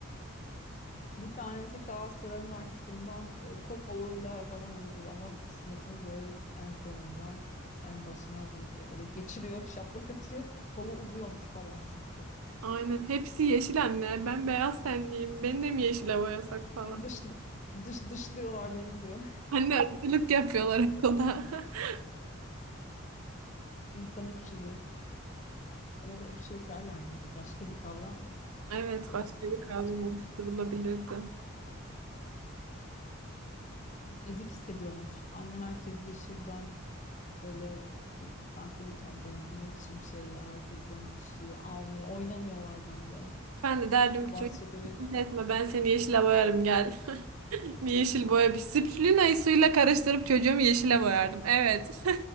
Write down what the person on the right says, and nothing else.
Aynen. Hepsi yeşil anne. Ben beyaz tenliyim. Beni de mi yeşile boyasak falan.
Anne ırkçılık yapıyorlar okulda. <laughs>
Evet,
başka bir kavram
oluşturulabilirdi.
Ben de derdim
ki çocuk
etme ben seni yeşile boyarım gel. <laughs> Bir yeşil boya bir spirulina'yı suyla karıştırıp çocuğumu yeşile boyardım. Evet.